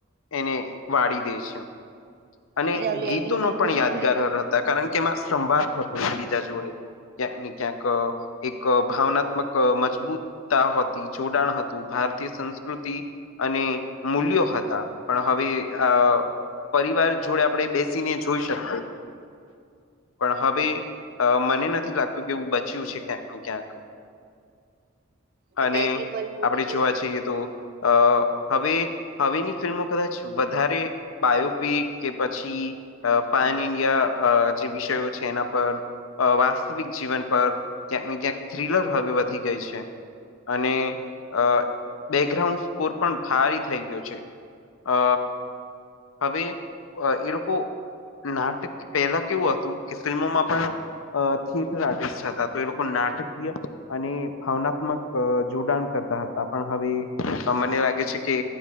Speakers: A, on the left; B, on the right.
A: એને વાળી દે છે. અને
B: અરે ઓલી
A: ગીતોનો
B: એનિમલ
A: પણ
B: મુવી
A: યાદગાર
B: જોઈ હતી
A: હતા કારણ કે એમાં સંવાદ થતો એ બીજા જોડે. ક્યાંક ને ક્યાંક એક ભાવનાત્મક મજબૂતતા હોતી. જોડાણ હતું ભારતીય સંસ્કૃતિ. અને મૂલ્યો હતા પણ હવે આ પરિવાર. જોડે આપણેે બેસીને જોઈ શકાય. પણ હવે મને નથી લાગતું કે એું બચ્યું છે ક્યાંક ને ક્યાંક.
B: તમે
A: અને
B: એનિમલ મુવી
A: આપણેે
B: જોઈ
A: જોવા જઈએ તો. અ હવે હવેની ફિલ્મો કદાચ વધારે બાયોપિક. કે પછી પાાયન ઇન્ડિયા જે વિષયો છે એના પર. વાસ્તવિક જીવન પર ક્યાંક ને ક્યાંક થ્રીલર હવે વધી ગઈ છે. અને અ બેકગ્રાઉન્ડ સ્કોર પણ ભારી થઈ ગયો છે. અ હવે એ લોકો. નાટક પહેલા કેવું હતું કે ફિલ્મોમાં પણ. અ થિયેટર આર્ટિસ્ટ હતા તો એ લોકો નાટકીય અને ભાવનાત્મક. જોડાણ કરતા હતા પણ હવે મને લાગે છે કે.